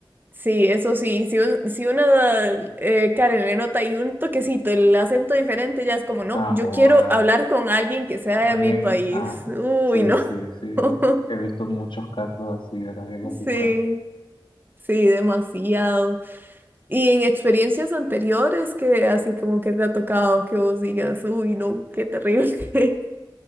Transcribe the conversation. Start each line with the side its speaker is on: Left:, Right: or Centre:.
Right: sí, eso sí. Si, un- si una eh, Karen le nota y un toquecito, el acento diferente, ya es como, no,
Left: Ah,
Right: yo
Left: wow.
Right: quiero hablar con alguien que sea
Left: Con
Right: de
Left: alguien,
Right: mi país.
Left: ah,
Right: Uy,
Left: sí,
Right: no.
Left: sí, sí.
Right: <laughs>
Left: He visto muchos casos así, ¿verdad? Qué complicado.
Right: Sí, sí, demasiado. Y en experiencias anteriores que así como que te ha tocado que vos digas, uy, no, qué terrible. <laughs>